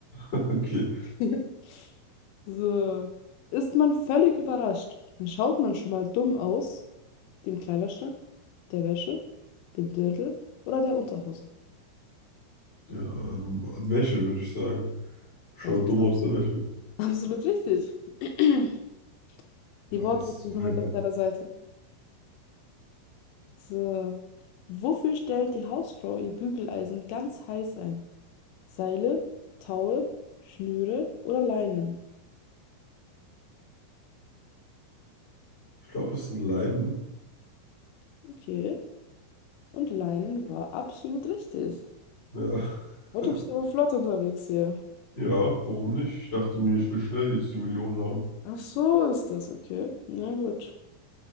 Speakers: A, on the left; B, on the left.
A: Okay.
B: <laughs> So. Ist man völlig überrascht, dann schaut man schon mal dumm aus Dem Kleiderschrank, der Wäsche, dem Dirndl oder der Unterhose?
A: Ja, ähm, Wäsche, würde ich sagen. Schaut
B: Das ist
A: dumm
B: absolut,
A: aus der Wäsche.
B: <laughs> absolut richtig. <clears throat>
A: Ja,
B: Die Wortwitze
A: das ist so
B: sind heute
A: einfach.
B: auf deiner Seite. So. Wofür stellt die Hausfrau ihr Bügeleisen ganz heiß ein? Seile, Taue, Schnüre oder Leinen?
A: Ich glaube, es sind Leinen.
B: Okay. Und Leinen war absolut richtig.
A: Ja.
B: Heute
A: <laughs>
B: bist du aber flott unterwegs hier.
A: Ja, warum nicht? Ich dachte mir, ich will schnell jetzt die Million haben.
B: Ach so ist das, okay. Na gut.